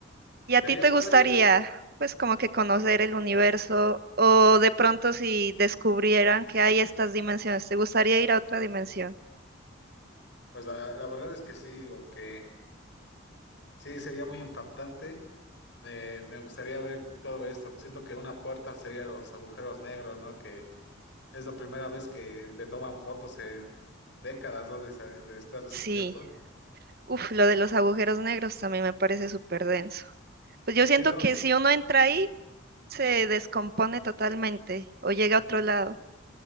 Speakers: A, on the left; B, on the right.
A: <laughs>
B: ¿Y a
A: sería
B: ti te
A: padre,
B: gustaría, pues, como que conocer el universo o de pronto si descubrieran que hay estas dimensiones, ¿te gustaría ir a otra dimensión?
A: pues la, la verdad es que sí, aunque sí sería muy impactante. Me, me gustaría ver todo esto. Siento que una puerta sería los agujeros negros, ¿no? Que es la primera vez que le toman fotos en décadas, ¿no? De, sa- de estar descubierto.
B: Sí. Uf, lo de los agujeros negros también me parece súper denso. Pues yo
A: Siento
B: siento que si uno entra ahí, se descompone totalmente o llega a otro lado.